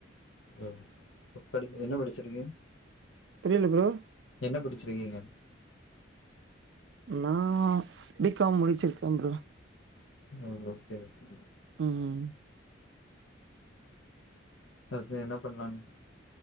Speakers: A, on the left (about 75°); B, on the right (about 65°).
A: அ ப படிப்பு என்ன படிச்சிருக்கிங்க
B: புரியல ப்ரோ
A: என்ன படிச் சிருக்கீங்க
B: நா பி காம் முடிச்சிருக்க ப்ரோ
A: ஆ ஓகே ஓகே
B: ம்
A: அடுத்து என்ன பண்லானு